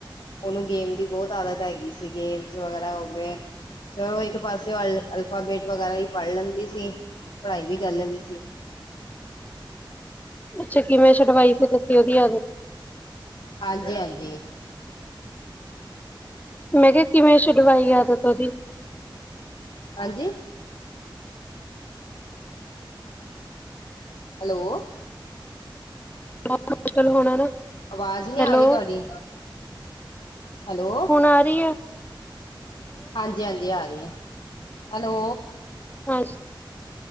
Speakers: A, on the left; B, on the left.
A: ਓਨੂੰ ਗੇਮ ਦੀ ਬੋਤ ਆਦਤ ਹੈਗੀ ਸੀ, ਗੇਮਸ ਵਗੈਰਾ ਹੋਗੇ। ਚਲੋ ਏਕ ਪਾਸੇ ਉਹ ਅਲ ਅਲਫਾਬੇਟ ਵਗੈਰਾ ਵੀ ਪੜ ਲੈਂਦੀ ਸੀ ਪੜਾਈ ਵੀ ਕਰ ਲੈਂਦੀ ਸੀ।
B: ਅੱਛਾ, ਕਿਵੇਂ ਛੁਡਵਾਈ ਫੇਰ ਤੁਸੀ ਓਦੀ ਆਦਤ?
A: ਹਾਂਜੀ-ਹਾਂਜੀ।
B: ਮੈਂ ਕੇਯਾ, ਕਿਵੇਂ ਛੁਡਵਾਈ ਆਦਤ ਓਦੀ?
A: ਹਾਂਜੀ। ਹੈਲੋ।
B: ਬਹੁਤ ਮੁਸ਼ਕਿਲ ਹੋਣਾ ਨਾ।
A: ਆਵਾਜ਼ ਨੀਂ
B: ਹੈਲੋ
A: ਆ ਰੀ ਤਵਾਡੀ, ਹੈਲੋ।
B: ਹੁਣ ਆ ਰੀਏ।
A: ਹਾਂਜੀ-ਹਾਂਜੀ ਆ ਰੀਏ, ਹੈਲੋ।
B: ਹਾਂ